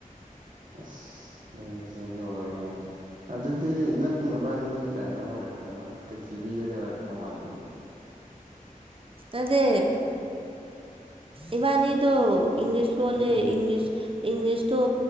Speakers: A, on the right (about 65°); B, on the right (about 40°).
A: ꯑꯁ ꯅꯪꯁꯤ ꯂꯨꯔꯦꯍꯦ ꯑꯗꯨꯗꯤ ꯅꯪ ꯅꯕꯅꯤꯁꯦ ꯀꯩꯅꯣ ꯑꯣꯏꯔꯝꯗꯣ ꯃꯥꯜꯂꯦ ꯄ꯭ꯔꯤꯊꯤꯕꯤꯗꯗꯤ ꯑꯣꯏꯔꯝꯗꯣ ꯃꯥꯟꯗꯦꯕꯥ
B: ꯑꯗꯦ ꯏꯕꯥꯅꯤꯗꯨ ꯏꯪꯂꯤꯁ ꯂ ꯋꯥꯔꯤꯂꯦ
A: ꯎꯝ
B: ꯏꯪꯂꯤꯁ ꯏꯪꯂꯤꯁꯇꯣ